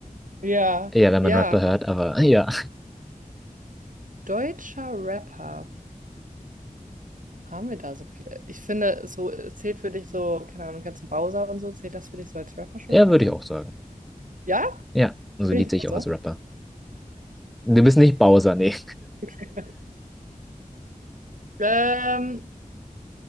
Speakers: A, on the right (about 65°); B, in the centre.
A: ja,
B: Ja, wenn
A: ja.
B: man Rapper hört, aber <laughs> ja,
A: Deutscher Rapper. Haben wir da so viele? Ich finde, so äh, zählt für dich so, keine Ahnung, kannst du Bowser und so, zählt das für dich so als Rapper schon?
B: ja,
A: Nein,
B: würde
A: ne?
B: ich auch sagen.
A: Ja?
B: Ja, also
A: Bin
B: Lied
A: ich
B: sehe
A: Bowser?
B: ich auch als Rapper. Du bist nicht Bowser, nee.
A: <laughs> Ähm,